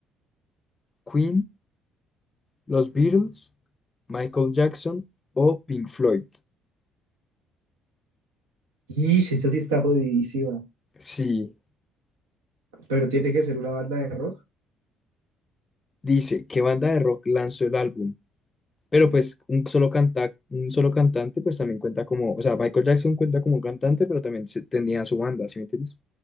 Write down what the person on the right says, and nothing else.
y si esta sí está jodidísima,
pero tiene que ser una banda de rock.
No,